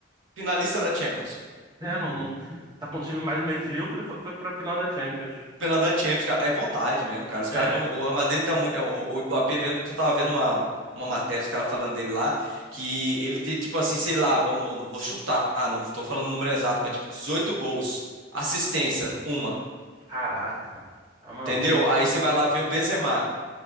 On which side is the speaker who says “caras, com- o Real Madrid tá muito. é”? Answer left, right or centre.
Right